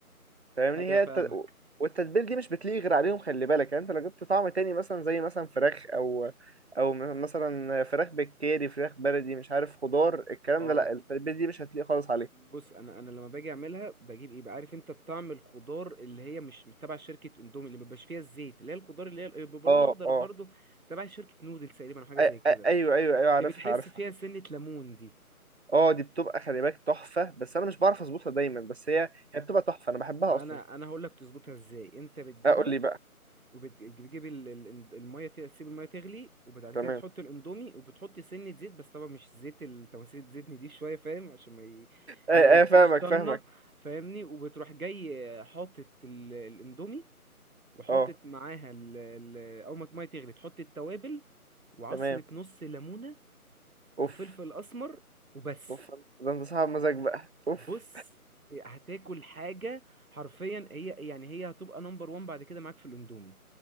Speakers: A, on the right; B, on the right.
A: فاهمني
B: ايوه
A: هي
B: فاهمك
A: الت... والتتبيل دي مش بتليق غير عليهم خلي بالك يعني انت لو جبت طعم تاني مثلا زي مثلا فراخ او او م- مثلا فراخ بالكاري فراخ بلدي مش عارف خضار الكلام
B: اه
A: ده لا التتبيل دي مش هتليق خالص عليه
B: بص انا انا لما باجي اعملها بجيب ايه بقى عارف انت الطعم الخضار اللي هي مش تبع شركه اندومي اللي مبيبقاش فيها الزيت اللي هي الخضار اللي هي بيبقى
A: اه
B: لون اخضر
A: اه
B: برضه تبع شركه نودلز تقريبا او حاجه زي
A: أي-
B: كده
A: أي- ايوه ايوه ايوه عارفها
B: اللي بتحس
A: عارفها
B: فيها سنه ليمون دي
A: اه دي بتبقى خلي بالك تحفة بس انا مش بعرف اظبطها دايما بس هي هي بتبقى تحفة انا بحبها
B: ما
A: اصلا
B: انا انا هقول لك تظبطها ازاي انت بتجيبها
A: اقول لي بقى
B: وبتجيب ال- ال- الميه ت- تسيب الميه تغلي وبعد كده
A: تمام
B: بتحط الاندومي وبتحط سنه زيت بس طبعا مش زيت التماثيل زيتني دي شويه فاهم عشان ما ي...
A: ايه
B: ما يديش
A: ايه فاهمك
B: طنه
A: فاهمك
B: فاهمني وبتروح جاي حاطط ال- الاندومي وحطت
A: اه
B: معاها ال... ال... اول ما الميه تغلي تحط التوابل وعصرة
A: تمام
B: نص ليمونة
A: اوف
B: وفلفل اسمر وبس
A: اوف ده انت صاحب مزاج بقى اوف
B: بص هتاكل حاجة حرفيا هي يعني هي هتبقى نمبر وان بعد كده معاك في الاندومي